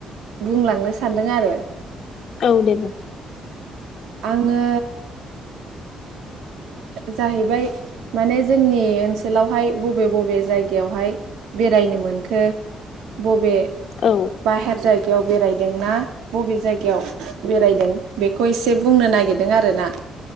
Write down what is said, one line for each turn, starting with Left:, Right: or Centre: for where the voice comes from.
Right: बुंलांनो सानदों आरो
Left: औव दे बुं
Right: आङो जाहैबाय माने जोंनि ओनसोलावहाय बबे बबे जायगायावहाय बेरायनो मोनखो बबे
Left: औ
Right: बाहेर जायग जायगायाव बेरायदोंना बबे जायगायाव बेरायदों बे खौ एसे बुंनो नागिरदों आरो ना